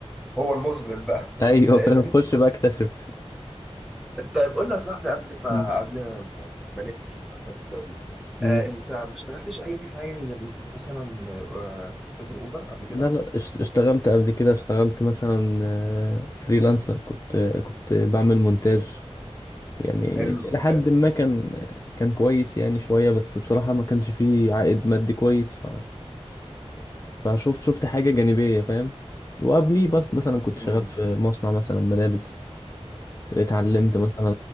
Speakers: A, in the centre; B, on the left.
A: هو المظلم بقى <laughs> انت
B: ايوه
A: فاهمني
B: فاهم خش بقى اكتشف
A: طيب قول لي يا صاحبي قبل ما
B: مم.
A: قبل ما ما نقفل الحلقة دي،
B: مم.
A: آه انت ما اشتغلتش اي حاجة غير مثلا آه غير اوبر قبل كده
B: لا لا اشت- اشتغلت قبل كده اشتغلت مثلا آه، فريلانسر كنت كنت بعمل مونتاج يعني
A: حلو
B: لحد
A: حلو
B: ما كان كان كويس يعني شوية بس بصراحة ما كانش فيه عائد مادي كويس ف... فشفت شفت حاجة جانبية فاهم وقبليه بس مثلا كنت شغال
A: امم
B: في مصنع مثلا ملابس اتعلمت مثلا